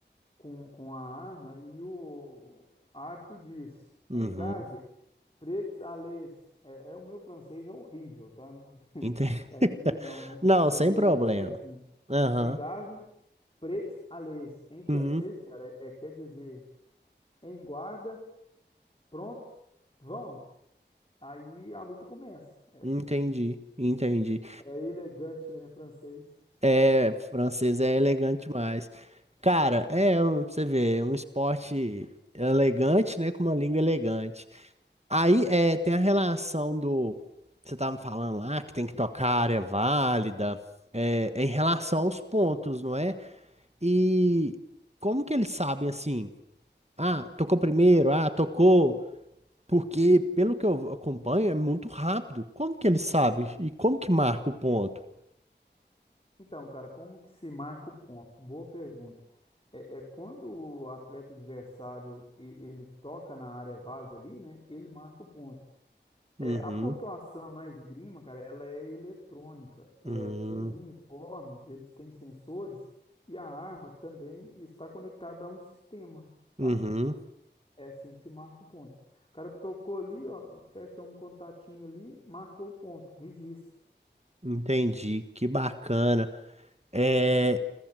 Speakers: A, on the left (about 30°); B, on the right (about 35°).
A: com, com a arma e o árbitro diz,
B: uhum,
A: Engarde, prêts à lez. É, é, o meu francês é horrível, tá? Não, <laughs>
B: entendi.
A: é,
B: <laughs>
A: não diga não, mas,
B: Não,
A: mas
B: sem
A: eu
B: problema.
A: lembro que é assim,
B: Aham,
A: Engarde, prêts à lez. Em francês,
B: uhum,
A: cara, é, é, quer dizer em guarda, prontos, vão. Aí a luta começa. É assim.
B: entendi, entendi.
A: É elegante, né, francês?
B: É, francês é elegante demais. Cara, é, um- você vê, é um esporte elegante, né, com uma língua elegante. Aí, é, tem a relação do, você tava me falando lá, que tem que tocar a área válida, é, é em relação aos pontos, não é? E como que eles sabem, assim, ah, tocou primeiro, ah, tocou, porque, pelo que eu acompanho, é muito rápido. Como que eles sabem? E como que marca o ponto?
A: Então, cara, como que se marca o ponto? Boa pergunta. É, é quando o atleta adversário e- ele toca na área válida ali, né? Ele marca o ponto. É,
B: Uhum,
A: a pontuação na esgrima, cara, ela é eletrônica. É,
B: uhum,
A: os uniformes, eles têm sensores e a arma também está conectada a um sistema, tá?
B: uhum.
A: É assim que se marca o ponto. O cara tocou ali, ó, fecha um contatinho ali, marcou o ponto, registra,
B: Entendi, que bacana. É,
A: né?